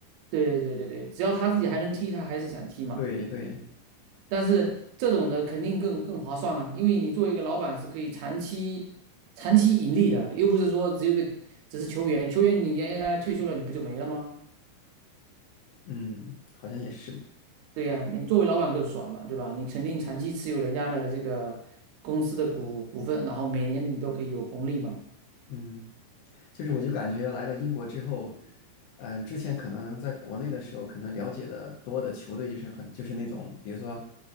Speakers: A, on the right; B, on the left.
A: 对对对对对，只要他自己还能踢，他还是想踢嘛。
B: 对对，
A: 但是这种的肯定更更划算啊，因为你作为一个老板是可以长期长期盈利的，又不是说只有个只是球员，球员你原来退休了，你不就没了吗？
B: 嗯，好像也是的，
A: 对呀、你作为老板更爽嘛，对吧？你肯定长期持有人家的这个公司的股股份，然后每年你都可以有红利嘛。
B: 嗯。就是我就感觉来了英国之后，嗯、之前可能在国内的时候，可能了解的多的球队就是很就是那种，比如说